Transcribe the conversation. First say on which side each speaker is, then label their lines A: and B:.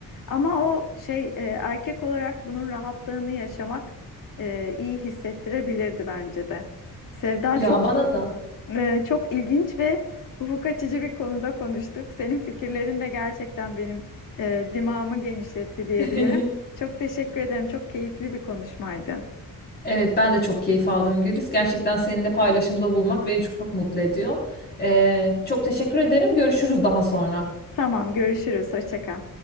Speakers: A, on the left; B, on the left.
A: Ama o şey e, erkek olarak bunun rahatlığını yaşamak e, iyi hissettirebilirdi bence de. Sevda
B: Ya
A: çok
B: bana da.
A: ee, çok ilginç ve ufuk açıcı bir konuda konuştuk. Senin fikirlerin de gerçekten benim e, dimağımı genişletti diyebilirim.
B: <laughs>
A: Çok teşekkür ederim. Çok keyifli bir konuşmaydı.
B: Evet ben de çok keyif aldım Gülis. Gerçekten seninle paylaşımda bulmak beni çok mutlu ediyor. Ee, çok teşekkür ederim. Görüşürüz daha sonra.
A: Tamam, görüşürüz. Hoşça kal.